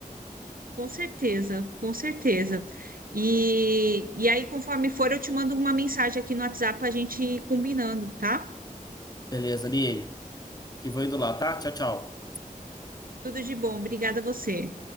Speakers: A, on the right (about 75°); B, on the left (about 25°).
A: com certeza, com certeza. E, e aí, conforme for, eu te mando uma mensagem aqui no WhatsApp para a gente ir combinando, tá?
B: Beleza, Aline? Que vou indo lá, tá? Tchau, tchau.
A: Tudo de bom. Obrigada a você.